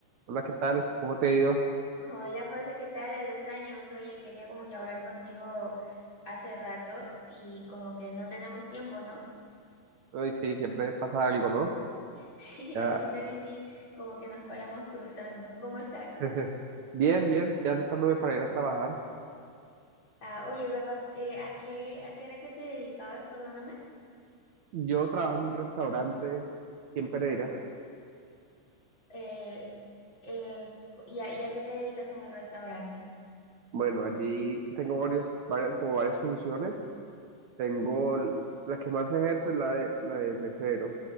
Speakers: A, on the right (about 70°); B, on the left (about 25°).
A: Hola, ¿qué tal? ¿Cómo te ha ido?
B: Hola José, ¿qué tal a los años? Oye, quería como que hablar contigo hace rato y como que no tenemos tiempo, ¿no?
A: Hoy sí, siempre pasa algo, ¿no?
B: <laughs> Sí,
A: Ya,
B: al final y sí, como que nos paramos cruzando. ¿Cómo estás?
A: <laughs> bien, bien, ya listándome para ir a trabajar.
B: Ah, oye, ¿verdad? Eh, ¿a qué, a qué era que te dedicabas? Perdóname.
A: Yo trabajo en un restaurante aquí en Pereira.
B: Eh, eh, ¿y a, y a qué te dedicas en el restaurante?
A: Bueno, allí tengo varios, varias, como varias funciones. Tengo l- la que más ejerzo es la de, la de mesero,